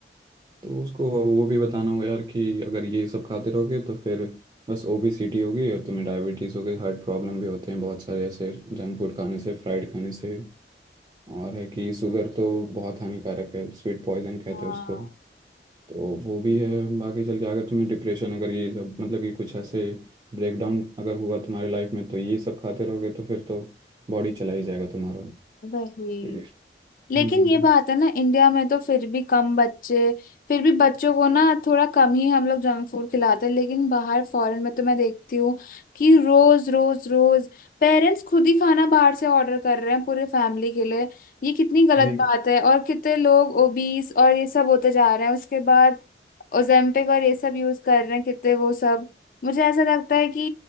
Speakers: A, on the right; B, on the left.
A: उसको वो वो भी बताना होगा यार कि अगर ये सब खाते रहोगे तो फिर बस ओबेसिटी होगी और तुम्हें डायबिटीज़ हो गई हार्ट प्रॉब्लम भी होते हैं बहुत सारे ऐसे जंक फूड खाने से फ्राइड खाने से और है कि शुगर तो बहुत हानिकारक है स्वीट पॉइजन कहते
B: हाँ
A: हैं उसको तो वो भी है बाकी चल के अगर तुम्हें डिप्रेशन अगर ये सब मतलब कि कुछ ऐसे ब्रेकडाउन अगर हुआ तुम्हारी लाइफ में तो ये सब खाते रहोगे तो फिर तो बॉडी चला ही जाएगा तुम्हारा
B: वही
A: तो ये-
B: लेकिन
A: हम्म
B: ये बात है ना इंडिया में तो फिर भी कम बच्चे फिर भी बच्चों को ना थोड़ा कम ही हम लोग जंक फूड खिलाते हैं लेकिन बाहर फॉरेन में तो मैं देखती हूँ कि रोज रोज रोज पेरेंट्स खुद ही खाना बाहर से ऑर्डर कर रहे हैं पूरे फैमिली के लिए ये कितनी गलत
A: वही
B: बात है और कितने लोग ओबीस और ये सब होते जा रहे हैं उसके बाद ओजेम्पिक और ये सब यूज कर रहे हैं कितने वो सब मुझे ऐसा लगता है कि